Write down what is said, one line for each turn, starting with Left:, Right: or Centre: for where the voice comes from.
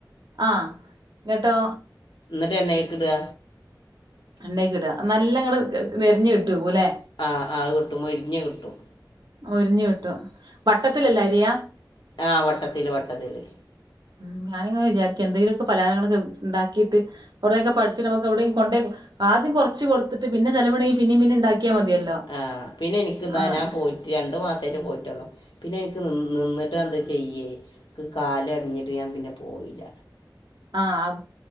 Right: ആ കേട്ടോ
Left: എന്നിട്ടെന്ന അയിക്കിടുക
Right: ഉണ്ടാക്കിടാ നല്ല ഇങ്ങടെ നെരഞ്ഞ് കിട്ടും ഇല്ലേ
Left: ആഹ് ആഹ് അത് കിട്ടും മൊരിഞ്ഞ് കിട്ടും
Right: മൊരിഞ്ഞ് കിട്ടും വട്ടത്തിലല്ലേ അരിയാ
Left: ആഹ് വട്ടത്തില് വട്ടത്തില്
Right: ഉം ഞാനിങ്ങനെ വിചാരിക്കും എന്തെങ്കിലുമൊക്കെ പലഹാരങ്ങളൊക്കെ ഉണ്ടാക്കിയിട്ട് കുറെക്കെ പഠിച്ച് നമുക്ക് എവിടെ കൊണ്ട് ആദ്യം കുറച്ച് കൊടുത്തിട്ട് പിന്നെ ചിലവുണ്ടെങ്കി പിന്നേം പിന്നേം ഉണ്ടാക്കിയാ മതിയല്ലോ
Left: ആഹ് പിന്നെ എനിക്ക് എന്താ
Right: ആഹ്
Left: ഞാൻ പോയി രണ്ടു മാസമായിട്ട് പോയിട്ടുള്ളു പിന്നെ എനിക്ക് നിന്നിട്ട് ആണിത് ചെയ്യേ കാലൊടിഞ്ഞിട്ട് ഞാൻ പിന്നെ പോയില്ല
Right: ആഹ്